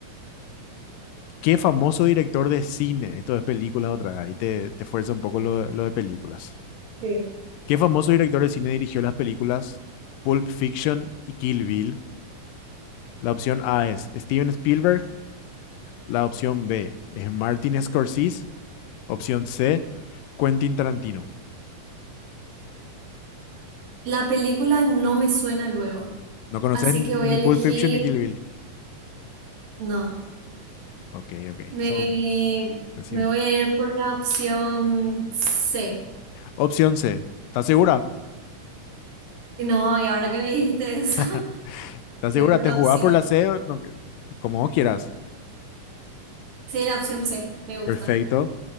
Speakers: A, on the left; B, on the right.
A: ¿qué famoso director de cine? Esto es películas otra, vez, ahí te, te fuerza un poco lo, de- lo de películas.
B: sí.
A: ¿Qué famoso director de cine dirigió las películas Pulp Fiction y Kill Bill? La opción A es Steven Spielberg, la opción B es Martin Scorsese, opción C, Quentin Tarantino.
B: La película no me suena luego,
A: No conoces
B: así
A: ni
B: que voy a elegir,
A: Pulp Fiction ni Kill Bill.
B: no,
A: Ok, ok,
B: me,
A: son, decime.
B: me voy a ir por la opción C.
A: Opción C, ¿estás segura?
B: Y No, y ahora que me dijiste eso,
A: <laughs>
B: <laughs>
A: ¿Estás
B: voy
A: segura?
B: por
A: ¿Te
B: la
A: jugás
B: opción,
A: por la C? o no? como vos quieras.
B: sí, la opción C, me gusta.
A: Perfecto.